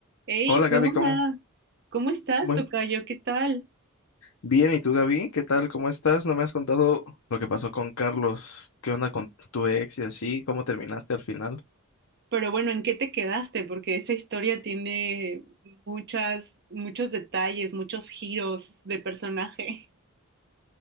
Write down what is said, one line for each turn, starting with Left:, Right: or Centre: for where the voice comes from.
Right: Hey,
Left: Hola Gaby,
Right: ¿qué onda?
Left: ¿cómo?
Right: ¿Cómo estás,
Left: Muy
Right: tocayo? ¿Qué tal?
Left: bien, ¿y tú Gaby? ¿Qué tal? ¿Cómo estás? No me has contado lo que pasó con Carlos. ¿Qué onda con tu ex y así? ¿Cómo terminaste al final?
Right: Pero bueno, ¿en qué te quedaste? Porque esa historia tiene muchas, muchos detalles, muchos giros de personaje.